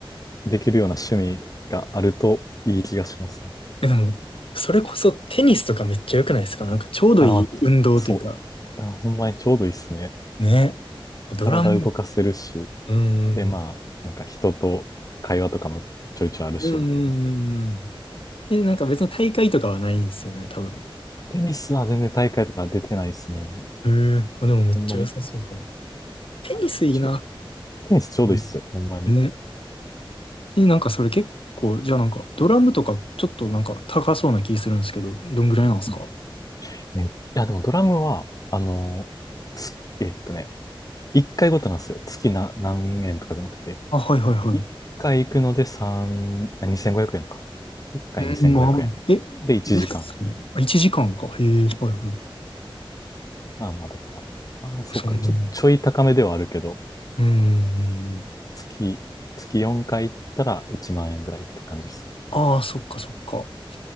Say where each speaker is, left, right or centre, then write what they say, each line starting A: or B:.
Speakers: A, on the left; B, on the left.
A: できるような趣味があるといい気がしますね。
B: え、でも、それこそテニスとかめっちゃ良くないですかなんかちょうどいい運動というか。
A: あ、まあそう。あほんまにちょうどいいっすね。
B: ね。ドラム、
A: 体動かせるし、
B: うん、
A: で、まあ、なんか人と会話とかもちょいちょいあるし、
B: うん、うん、
A: みたいな。
B: うん。うんえ、なんか別に大会とかはないんですよね、多分。
A: テニスは全然大会とか出てないですね。
B: へえ、あ、でもめっちゃ良さそうかも。
A: ほんまに。
B: テニスいいな。
A: ちょ、テニスちょうどいいっすよ、
B: うん。
A: ほんまに。
B: ね。え、なんかそれ結構、じゃあなんか、ドラムとかちょっとなんか高そうな気するんですけど、どんぐらいなんですか
A: うんえいや、でもドラムは、あの、月、えっとね、1回ごとなんですよ。月な何円とかじゃなくて、
B: あ、はいはいはい。
A: 1回行くので3、あ2500円か。1回2500円。
B: うん、まあ、え、
A: で、1時間。
B: ですね。1時間かんか。へえ、はいはい。
A: まあまあ、だから。ああ、そうか。
B: そんなもんか。
A: ちょ、ちょい高めではあるけど、
B: うん。
A: 月、月4回行ったら1万円ぐらいって感じです。
B: ああ、そっかそっか。